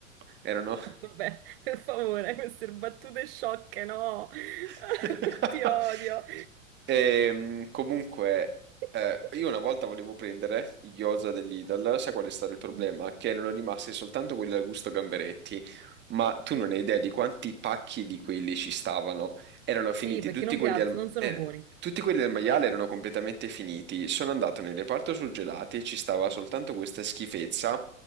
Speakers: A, on the right (about 25°); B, on the right (about 45°).
A: Erano...
B: <laughs> Vabbè, per favore, queste battute sciocche, no? <laughs>
A: <laughs>
B: Ti odio.
A: Ehm, comunque,
B: <laughs>
A: eh, io una volta volevo prendere i gyoza dell'Idal, sai qual è stato il problema?
B: Mm.
A: Che erano rimasti soltanto quelli al gusto gamberetti, ma tu non hai idea di quanti pacchi di quelli ci stavano. Erano
B: Sì,
A: finiti
B: perché
A: tutti
B: non
A: quelli
B: piacciono,
A: al...
B: non sono
A: eh,
B: buoni.
A: tutti quelli del maiale erano completamente finiti. Sono andato nel reparto surgelati e ci stava soltanto questa schifezza